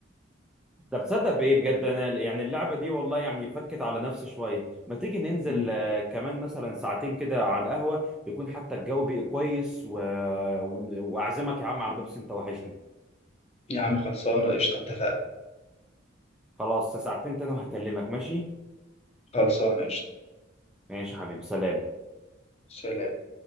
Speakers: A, in the centre; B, on the left (about 30°).
A: طب تصدق بايه بجد انا يعني اللعبه دي والله يعني فكت على نفسي شويه ما تيجي ننزل
B: يعني
A: آه، كمان مثلا ساعتين كده على القهوه يكون حتى الجو بقى كويس و... ون- واعزمك يا عم على بيبسي انت وحشني
B: يا عم خلصانة قشطة اتفقنا
A: خلاص ساعتين تاني وهكلمك ماشي
B: خلصانة قشطة
A: ماشي يا حبيبي سلام
B: سلام